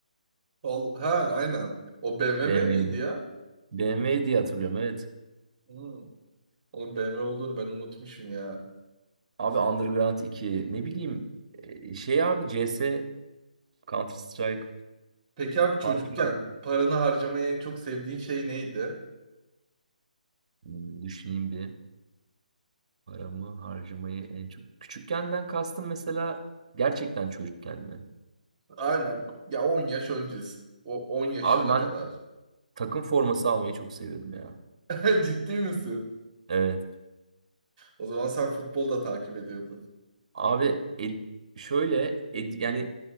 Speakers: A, on the right (about 25°); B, on the right (about 45°).
A: Val- Ha aynen. O BMW
B: BMW'nin.
A: miydi ya?
B: BMW diye hatırlıyorum evet.
A: Hı. Onun BMW olduğunu ben unutmuşum ya.
B: Abi Underground iki ne bileyim e, şey abi CS Counter Strike
A: Peki abi çocukken
B: Half-Life
A: paranı harcamayı en çok sevdiğin şey neydi?
B: Hmm, düşüneyim bir. Paramı harcamayı en çok... Küçükkenden kastım mesela gerçekten çocukken mi?
A: Aynen. Ya 10 yaş öncesi. O 10 yaşına
B: Abi ben
A: kadar.
B: takım forması almayı çok seviyordum ya.
A: <laughs> Ciddi misin?
B: Evet.
A: O zaman sen futbol da takip ediyordun.
B: Abi el- şöyle ed- yani